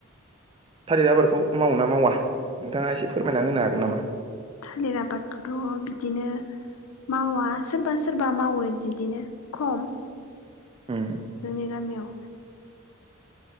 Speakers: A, on the right; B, on the left.
A: थालिर आबादखौ मावोना मावा नोंथाङा एसे फोरमायना होनो हागोन नामा।
B: थालिर आबादखौथ' बिदिनो मावा सोरबा सोरबा मावो बिदिनो खम।
A: उम
B: जोंनि गामियाव